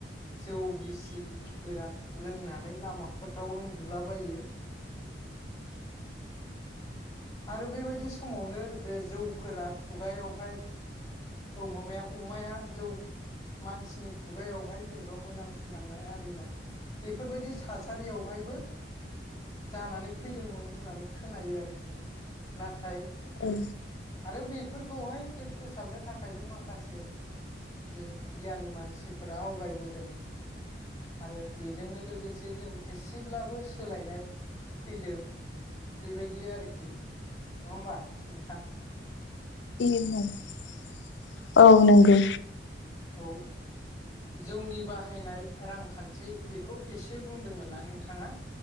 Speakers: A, on the left; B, on the left.
A: जौ गिसि गोरान लोंनानै लामाफोराव उन्दुलाबायो आरो बेबायदि समावनो जे जौफोरा खुगायावहाय औ माया अमाया जौ मानसिनि खु खुगायावहाय जेनेबा मोनामसुलांनाय आरिनाय बेफोरबायदि थासारियावहायबो जानानै फैदोंमोन होननानै खोनायो आरोखि नाथाय
B: औ
A: आरो बेफोरखौहाय जे फोसाबनो थाखायबो माखासे जे गियानि मान। फोर आवगायबोदों। आरो बेजोंनो लोगोसे जों एसेब्लाबो सोलायनाय फैदों बेबायदि आरोखि नङा होमबा? नोंथां
B: <unintelligible> औ नोंगौ
A: औ जौनि बाहायनाय रांखान्थि बेखौ एसे बुंदोंमोन ना नोंथाङा